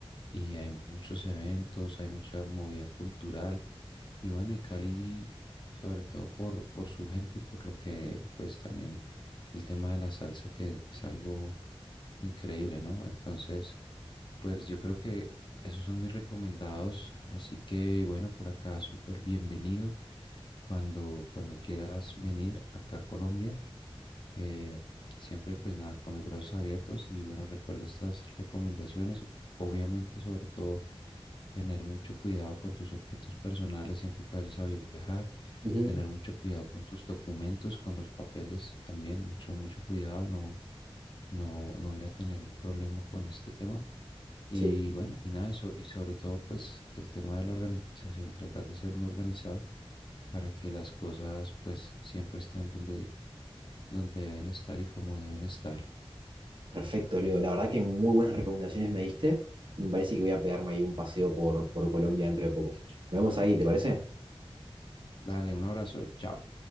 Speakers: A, on the left; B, on the right.
A: y hay muchos eventos, hay mucha movida cultural y bueno, y Cali sobre todo por, por su gente y por lo que pues también el tema de la salsa que es algo increíble, ¿no? Entonces, pues yo creo que esos son mis recomendados, así que bueno, por acá súper bienvenido cuando, cuando quieras venir acá a Colombia. Eh, siempre pues nada, con los brazos abiertos y bueno, recuerda estas recomendaciones. Obviamente, sobre todo, tener mucho cuidado con tus objetos personales siempre que vayas a viajar,
B: Ujú,
A: tener mucho cuidado con tus documentos, con los papeles también, mucho, mucho cuidado, no, no, no ir a tener un problema con este tema. Y
B: Sí.
A: bueno, y nada, eso, y sobre todo, pues el tema de la organización, tratar de ser un organizado para que las cosas, pues siempre estén donde, donde deben estar y como deben estar.
B: Perfecto, Leo. La verdad que muy buenas recomendaciones me diste. Me parece que voy a pegarme ahí un paseo por, por Colombia dentro de poco. Nos vemos ahí, ¿te parece?
A: Dale, un abrazo, chao.